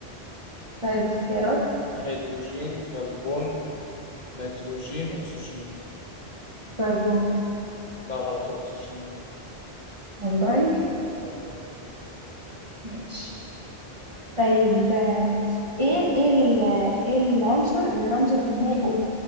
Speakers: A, on the right (about 30°); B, on the left (about 45°).
A: طيب اختيارات
B: هيدروجين كربون نيتروجين اكسجين
A: كربون
B: لا غلط الاكسجين
A: والله
B: والله.
A: ماشي طيب آه، ايه ايه ال- إيه العنصر اللي رمزه الكيميائي O